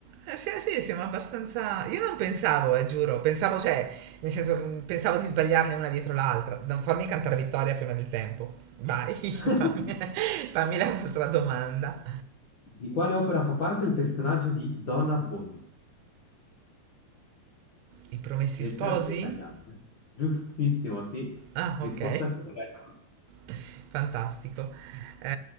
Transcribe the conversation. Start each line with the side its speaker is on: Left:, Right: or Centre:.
Right: Eh, sì, sì, siamo abbastanza... Io non pensavo, eh, giuro. Pensavo, cioè, nel senso, mh, pensavo di sbagliarne una dietro l'altra. Non farmi cantare vittoria prima del tempo. Vai, <laughs>
Left: <laughs>
Right: fammi, fammi l'altra domanda.
Left: Di quale opera fa parte il personaggio di Don Abbondio?
Right: I promessi
Left: Letteratura
Right: sposi?
Left: italiana. Giustissimo, sì.
Right: Ah,
Left: Risposta
Right: ok.
Left: corretta.
Right: <laughs> Fantastico. Eh,